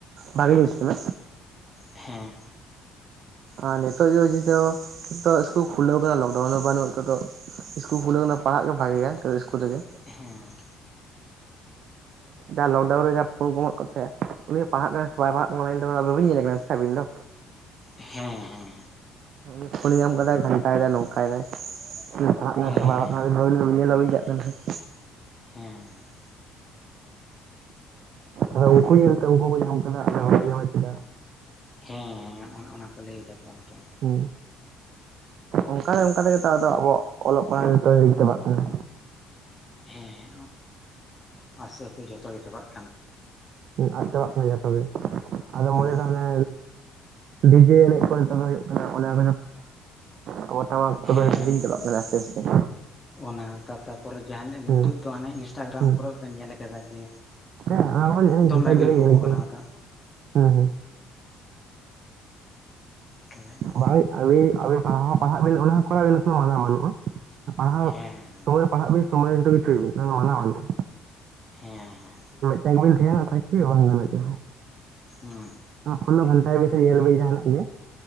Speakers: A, on the right; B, on the left.
A: ᱵᱷᱟᱜᱤ ᱡᱤᱱᱤᱥ ᱠᱟᱱᱟ᱾
B: ᱦᱮᱸ
A: ᱟᱨ ᱱᱤᱛᱚᱜ ᱫᱚ ᱱᱤᱛᱚᱜ ᱤᱥᱠᱩᱞ ᱠᱷᱩᱞᱟᱹᱣ ᱠᱟᱱᱟ ᱞᱚᱠᱰᱟᱣᱩᱱ ᱦᱚᱸ ᱵᱟᱹᱱᱩᱜ ᱱᱤᱛ ᱫᱚ᱾ ᱤᱥᱠᱩᱞ ᱠᱷᱩᱞᱟᱹᱣ ᱟᱠᱟᱱᱟ ᱯᱟᱲᱦᱟᱜ ᱜᱮ ᱵᱷᱟᱜᱮᱭᱟ ᱥᱤᱥᱠᱩᱞ ᱨᱮᱜᱮ᱾
B: ᱦᱮᱸ
A: ᱡᱟ ᱞᱚᱠᱰᱟᱣᱩᱱ ᱨᱮ ᱡᱟᱦᱟᱸ ᱯᱷᱳᱱ ᱠᱚᱢᱚᱜ ᱠᱟᱱᱟ ᱛᱟᱦᱮᱠᱟᱱᱟ ᱩᱱᱤᱭ ᱯᱟᱲᱦᱟᱜ ᱠᱟᱱᱟ ᱥᱮ ᱵᱟᱭ ᱯᱟᱲᱦᱟᱜ ᱠᱟᱱᱟ! ᱵᱟᱵᱤᱱ ᱧᱮᱞᱮᱫ ᱠᱟᱱᱟ ᱥᱮ ᱟᱹᱵᱤᱱ ᱫᱚ᱾
B: ᱦᱮᱸ ᱦᱮᱸ
A: ᱩᱱᱤ ᱯᱷᱳᱱ ᱧᱟᱢ ᱠᱟᱫᱟᱭ ᱜᱷᱟᱱᱴᱟᱭ ᱫᱟᱭ ᱱᱚᱝᱠᱟᱭ ᱫᱟᱭ ᱯᱟᱲᱦᱟᱜ ᱠᱟᱱᱟᱭ
B: ᱦᱮᱸ
A: ᱥᱮ ᱵᱟᱭ ᱯᱟᱲᱦᱟᱜ ᱠᱟᱱᱟᱭ ᱩᱱᱤᱫᱚ ᱵᱟᱵᱤᱱᱼᱼ ᱧᱮᱞ ᱵᱟᱵᱤᱱ ᱪᱟᱞᱟᱜ ᱠᱟᱱ ᱠᱷᱟᱡᱼ
B: ᱦᱮᱸ
A: ᱟᱫᱚ
B: ᱛᱟᱦᱚᱞᱮ
A: ᱩᱱᱠᱩ ᱧᱮᱞᱛᱮ ᱩᱱᱠᱩ ᱠᱚ ᱧᱟᱢ ᱠᱮᱫᱟ ᱟᱞᱮ ᱵᱟᱞᱮ ᱧᱟᱢᱟ ᱪᱮᱫᱟᱜ?
B: ᱦᱮᱸᱻ ᱚᱱᱮ ᱚᱱᱟ ᱠᱚ ᱞᱟᱹᱭ ᱫᱟᱠᱚ ᱱᱤᱛᱚᱜ᱾
A: ᱦᱮᱸ ᱚᱱᱠᱟ ᱚᱱᱠᱟ ᱛᱮᱜᱮ ᱛᱚ ᱟᱫᱚ ᱟᱵᱚᱣᱟᱜ ᱚᱞᱚᱜ ᱯᱟᱲᱦᱟᱜ ᱜᱤᱫᱽᱨᱟᱹᱭ ᱪᱟᱵᱟᱜ ᱠᱟᱱᱟ᱾
B: ᱦᱮᱸ ᱟᱥᱛᱮ ᱟᱥᱛᱮ ᱡᱚᱛᱚᱜ ᱜᱮ ᱪᱟᱵᱟᱜ ᱠᱟᱱᱟ᱾
A: ᱦᱮᱸ ᱟᱫ ᱪᱟᱵᱟᱜ ᱠᱟᱱᱟ ᱜᱮᱭᱟ ᱡᱚᱛᱚ ᱜᱮ ᱟᱫᱚ
B: ᱦᱮᱸ
A: ᱢᱚᱱᱮ ᱠᱟᱜ ᱢᱮᱼᱼ ᱰᱤᱡᱮ ᱮᱱᱮᱡ ᱠᱚ ᱱᱤᱛᱚᱜ ᱫᱚ ᱦᱩᱭᱩᱜ ᱠᱟᱱᱟ ᱚᱱᱟ ᱠᱚ ᱪᱟᱱ ᱫᱚ ᱾ ᱛᱚᱵᱮ
B: ᱦᱮᱸ
A: ᱦᱤᱲᱤᱧᱟᱵᱟᱜ ᱠᱟᱱᱟ ᱟᱥᱛᱮᱼ ᱟᱥᱛᱮ᱾ <inaudible>
B: ᱚᱱᱟ ᱛᱟ ᱛᱟᱯᱚᱨᱮ ᱡᱟᱦᱟᱸ ᱱᱤᱛᱳ
A: ᱦᱮᱸ
B: ᱫᱚ ᱦᱟᱱᱮ ᱤᱱᱥᱴᱟᱜᱨᱟᱢ
A: ᱦᱮᱸ
B: ᱠᱚᱨᱮᱼᱼ ᱵᱟᱹᱧ ᱧᱮᱞ ᱟᱠᱟᱫᱟ ᱡᱮ
A: ᱦᱮᱸ ᱚᱱᱟ ᱠᱚᱫᱚ ᱜᱷᱟᱱᱴᱟ
B: ᱫᱚᱢᱮ ᱨᱤᱞ
A: ᱜᱮᱞᱤᱧ
B: ᱠᱚᱠᱚ
A: ᱧᱮᱞ ᱠᱟᱱᱟ
B: ᱵᱮᱱᱟᱣ ᱮᱫᱟ᱾
A: ᱦᱮᱸ ᱦᱮᱸ
B: ᱠᱟᱱᱟ <unintelligible>
A: ᱵᱟᱝ ᱟᱹᱵᱤᱱ ᱟᱵᱮᱱ ᱯᱟᱲᱦᱟᱣ ᱦᱚ ᱯᱟᱲᱦᱟᱜ ᱵᱮᱱ ᱚᱱᱟ ᱠᱚᱨᱟᱣ ᱵᱤᱱ ᱠᱳᱱᱳ ᱢᱟᱱᱟ ᱵᱟᱹᱱᱩᱜᱼᱟ ᱯᱟᱲᱦᱟᱣᱼᱼ
B: ᱦᱮᱸ
A: ᱥᱚᱢᱚᱭ ᱨᱮ ᱯᱟᱲᱦᱟᱵᱤᱱ ᱥᱚᱢᱚᱭ ᱨᱮ ᱡᱷᱚᱛᱚ ᱠᱤᱪᱷᱩᱭ ᱵᱤᱱ ᱠᱳᱱᱳ ᱢᱟᱱᱟ ᱵᱟᱱᱩᱜ-ᱟ᱾
B: ᱦᱮᱸ ᱦᱮᱸ
A: ᱠ ᱵᱤᱞ ᱠᱷᱱᱟ ᱛᱠᱪ ᱵᱟᱝᱜ ᱪ <unintelligible>
B: ᱦᱮᱸ
A: ᱯᱷᱳᱱ ᱦᱚ ᱜᱷᱟᱱᱴᱟ ᱵᱤᱱ ᱥᱮ ᱧᱮᱞ ᱵᱤᱱ ᱡᱟᱦᱟᱱᱟᱜ ᱜᱮ